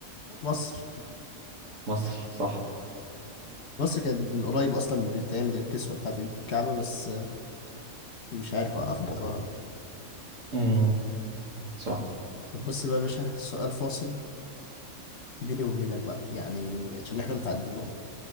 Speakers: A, on the left (about 50°); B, on the right (about 60°).
A: مصر
B: مصر صح
A: مصر كانت من قريب اصلا بتعمل الكسوة بتاعت الكعبة بس آه، مش عارف اوقفه كده مرة واحدة
B: امم صح
A: طب بص بقى يا باشا سؤال فاصل بيني وبينك بقى يعني عشان احنا متعدين